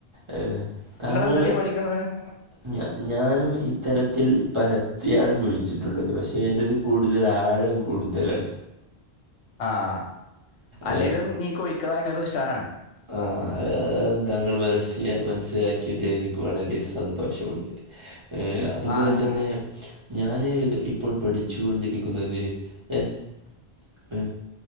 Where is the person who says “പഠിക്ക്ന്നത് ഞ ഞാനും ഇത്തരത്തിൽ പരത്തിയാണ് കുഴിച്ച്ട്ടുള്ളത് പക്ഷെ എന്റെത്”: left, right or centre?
Right